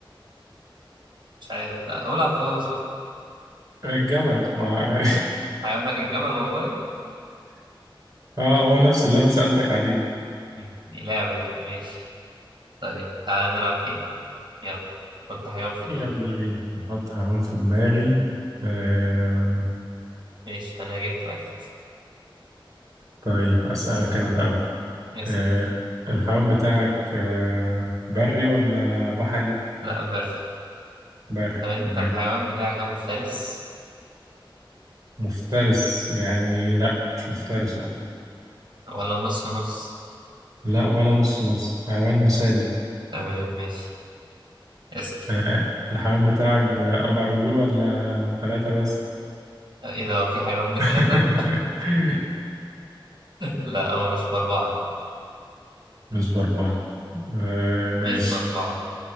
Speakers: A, on the right (about 60°); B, on the right (about 40°).
A: مش عارف لا قولها خلاص بقى
B: الجمل مع
A: حيوانك الجمل والله
B: <laughs> اه هو نفس اللي أنا سألتك عليه
A: مم. دي لعبة دي ماشي طيب تعالى نلعب تاني يلا حط حيوان في دماغك
B: يلا بينا هحط حيوان في دماغي آم،
A: ماشي أنا جبت واحد
B: طيب أسألك أنا الأول
A: اسأل
B: آم، الحيوان بتاعك آم، بري ولا بحري؟
A: لا بري
B: بري
A: طب أنت
B: تمام
A: الحيوان بتاعك ده مفترس
B: مفترس يعني لأ مش مفترس لأ
A: ولا نص نص
B: لأ ولا نص نص حيوان مسالم
A: تمام ماشي اسأل
B: آم، الحيوان بتاعك بأربع رجول ولا ثلاثة بس؟
A: إيه ده هو في حيوان بتلاتة؟
B: <laughs>
A: لا هو مش بأربعة
B: مش بأربعة آم، ماشي
A: مش بأربعة